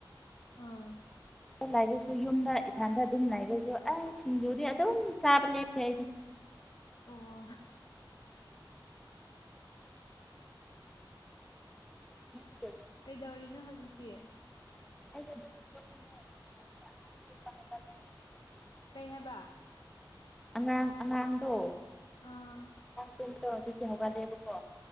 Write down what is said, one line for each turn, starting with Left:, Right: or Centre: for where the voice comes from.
Left: ꯑꯥ
Centre: ꯂꯥꯏꯔꯁꯨ ꯌꯨꯝꯗ ꯏꯊꯥꯟꯗ ꯑꯗꯨꯝ ꯂꯥꯏꯔꯁꯨ ꯑ ꯁꯤꯡꯖꯨꯔꯤ ꯑꯗꯨꯝ ꯆꯥꯕ ꯂꯦꯇꯌꯥꯏꯗꯤ
Left: ꯑꯣ
Centre: ꯑꯩꯗꯤ
Left: ꯀꯩꯗꯧꯔꯤꯅꯣ ꯍꯧꯖꯤꯛꯇꯤ
Centre: <inaudible>
Left: ꯀꯩ ꯍꯥꯏꯕ
Centre: ꯑꯉꯥꯡ ꯑꯉꯥꯡꯗꯣ
Left: ꯑꯥ
Centre: ꯁꯨꯝ ꯇꯣ ꯆꯁꯦ ꯍꯒꯜꯂꯦꯕꯣꯀꯣ